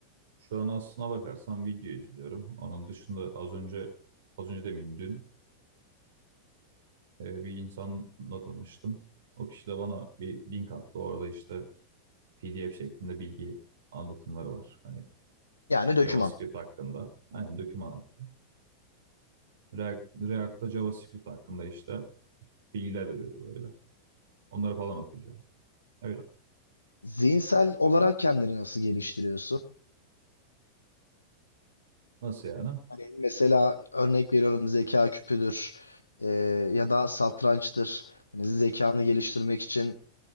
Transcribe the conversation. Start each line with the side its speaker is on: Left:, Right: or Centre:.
Right: şu an aslına bakarsam video izliyorum. Onun dışında az önce, az önce demeyeyim dün e, bir insanla tanıştım. O kişi de bana bir link attı. Orada işte PDF şeklinde bilgi anlatımları var. Hani
Left: Yani döküman.
Right: JavaScript hakkında. Aynen doküman attım. React, React'ta JavaScript hakkında işte bilgiler veriyordu böyle. Onları falan okuyacağım. Öyle.
Left: Zihinsel olarak kendini nasıl geliştiriyorsun?
Right: Nasıl yani?
Left: Hani mesela örnek veriyorum zeka küpüdür e, ya da satrançtır. Hani zekanı geliştirmek için